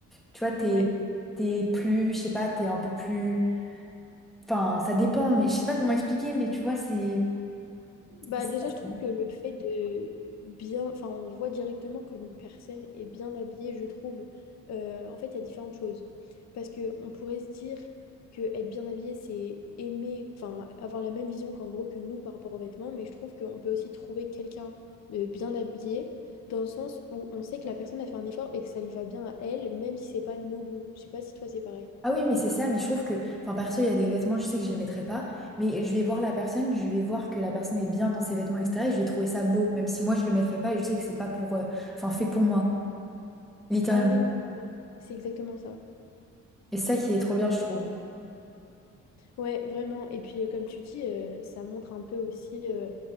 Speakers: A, in the centre; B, on the left (about 60°).
A: Tu vois, t'es,
B: ouais.
A: t'es plus, je sais pas, t'es un peu plus, enfin, ça dépend, mais je sais pas comment expliquer, mais tu vois, c'est,
B: Bah
A: c'est
B: déjà, je trouve que le fait de bien, enfin, on voit directement quand une personne est bien habillée, je trouve, euh, en fait, il y a différentes choses. Parce que on pourrait se dire que être bien habillé, c'est aimer, enfin, avoir la même vision qu'en gros que nous par rapport aux vêtements, mais je trouve qu'on peut aussi trouver quelqu'un de bien habillé dans le sens où on sait que la personne a fait un effort et que ça lui va bien à elle, même si c'est pas nos goûts. Je sais pas si toi c'est pareil.
A: Ah oui, mais c'est ça, mais je trouve que, enfin perso, il y a des vêtements, je sais que je les mettrai pas, mais je vais voir la personne, je vais voir que la personne est bien dans ses vêtements, etc. Et je vais trouver ça beau, même si moi je le mettrai pas et je sais que c'est pas pour, euh, enfin fait pour moi, littéralement.
B: Ah oui, non, c'est exactement ça.
A: Et c'est ça qui est trop bien, je trouve.
B: Ouais, vraiment. Et puis, euh, comme tu dis, euh, ça montre un peu aussi euh,